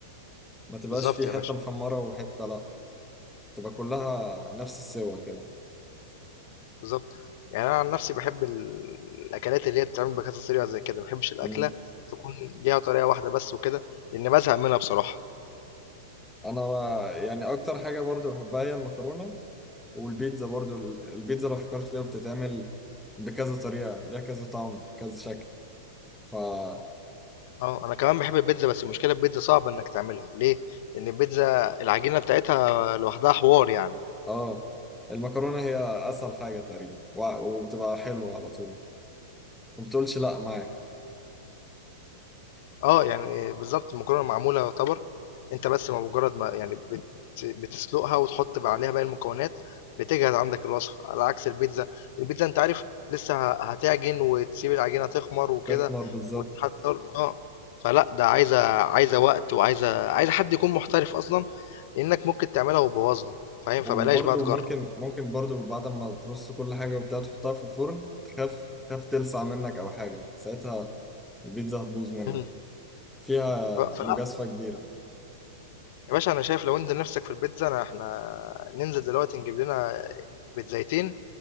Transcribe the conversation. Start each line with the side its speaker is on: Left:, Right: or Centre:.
Centre: ما تبقاش
Left: بالضبط
Centre: فيه
Left: يا
Centre: حتة
Left: باشا،
Centre: محمرة وحتة لا تبقى كلها نفس السوا كده
Left: بالضبط، يعني أنا عن نفسي باحب ال الأكلات اللي هي بتتعمل بكذا طريقة زي كده، ما باحبش الأكلة
Centre: مم.
Left: تكون ليها طريقة واحدة بس وكده، لإن بازهق منها بصراحة،
Centre: انا يعني اكتر حاجه برضو بحبها هي المكرونه والبيتزا برضو البيتزا لو فكرت فيها بتتعمل بكذا طريقه ليها كذا طعم كذا شكل فا
Left: آه، أنا كمان باحب البيتزا بس المشكلة البيتزا صعبة إنك تعملها، ليه؟ لإن البيتزا العجينة بتاعتها لوحدها حوار يعني.
Centre: اه المكرونه هي اسهل حاجه تقريبا و- وبتبقى حلوه على طول ما بتقولش لا معاك
Left: آه، يعني بالضبط المكرونة معمولة يعتبر، أنت بس بمجرد ما يعني بت بتسلقها وتحط بقى عليها باقي المكونات، بتجهز عندك الوصفة، على عكس البيتزا، البيتزا أنت عارف لسه ه هتعجن وتسيب العجينة تخمر وكده
Centre: تخمر بالظبط
Left: وتحضّر آه، فلأ ده عايزة عايزة وقت وعايزة عايزة حد يكون محترف أصلًا، لإنك ممكن تعملها وتبوّظها فاهم، فبلاش
Centre: وبرضو
Left: بقى تجرّب.
Centre: ممكن ممكن برضو بعد ما ترص كل حاجه وبتاع تحطها في الفرن تخاف تخاف تلسع منك او حاجه ساعتها البيتزا هتبوظ منك
Left: إمم.
Centre: فيها
Left: ف فلأ
Centre: مجازفة كبيرة
Left: يا باشا أنا شايف لو أنت نِفْسك في البيتزا أنا إحنا ننزل دلوقتي نجيب لنا بيتزايتين